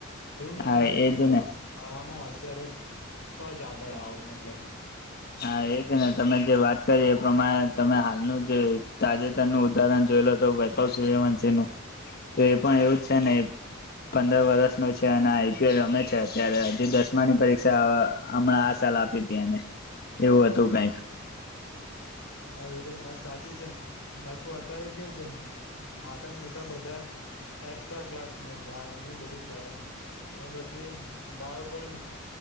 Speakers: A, on the left; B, on the left.
A: એવું
B: હા
A: નથી કે
B: એજ
A: ખાલી
B: ને
A: આમ હશિયાર તો જ આગળ આવો મતલબ- -
B: હા એ છે ને તમે જે વાત- - એ પ્રમાણે તમે હાલનું જે તાજેતરનું ઉદાહરણ જોયે લો તો વૈભવ સૂર્યવંશ- - તો એ પણ એવું જ છે ને પંદર વરષ ન છે અને- - રમે છે અત્યારે જે દસમાની પરીક્ષા હમણાં આ સાલ આપી હતી. એવું હતું કઈક.
A: હા એ તો વાત સાચી છે બું અત્યારે કેવું છે માતા મિતા બધા? એક્સ્ટ્રા ક્લાસમાંંધાવ એ બધું કરે ને. અને પછી બાળકોને